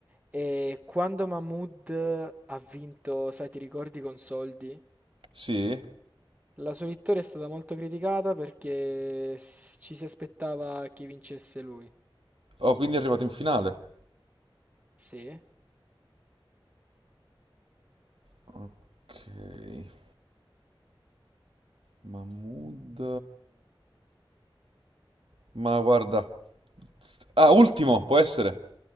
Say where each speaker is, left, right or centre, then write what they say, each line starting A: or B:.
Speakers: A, on the right; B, on the right.
A: E quando Mahmood ha vinto, sai, ti ricordi con soldi?
B: Sì?
A: La sua vittoria è stata molto criticata perché s- ci si aspettava che vincesse lui.
B: Oh, quindi è arrivato in finale.
A: Sì,
B: Ok, Mahmood. Ma guarda. Ah, ultimo, può essere?